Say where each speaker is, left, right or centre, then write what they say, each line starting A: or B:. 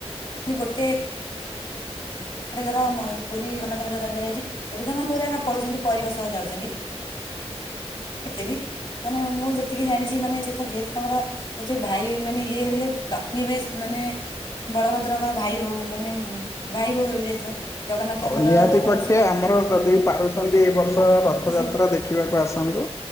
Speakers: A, on the left (about 45°); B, on the left (about 25°).
A: ଗୋଟେ ଗୋଟେଥର ପୁରୀ ଜଗନ୍ନାଥ ମନ୍ଦିର ଦନ କରିଯାଉଛି ଏବେ ତ ମାନେ ପୁରା ପଳଉଛନ୍ତି ପରିବାର ସହ ଯାଉଛନ୍ତି। ସେତେ ବି ମାନେ ମୁଁ ଯେତିକି ଜାଣିଛି ମାନେ ସେ ତ ଯେହେତୁ ତାଙ୍କର କହୁଛି ଭାଇ ମାନେ ଇଏ ହେଲେ ଲକ୍ଷ୍ମୀ ଭାଇ ମାନେ ବଳଭଦ୍ରଙ୍କର ଭାଇ ବୋହୁ ମାନେ ଭାଇ ବୋହୁ ହେବେ ଯେହେତୁ ଜଗନ୍ନାଥଙ୍କର
B: ହଉ ନିହାତି
A: ତାଙ୍କର
B: ପକ୍ଷେ
A: ସେ ପତ୍ନୀ
B: ଆମର ଯଦି ପାରୁଛନ୍ତି ଏ ବର୍ଷ ରଥଯାତ୍ରା
A: ତ ସେ
B: ଦେଖ ଦେଖିବାକୁ ଆସନ୍ତୁ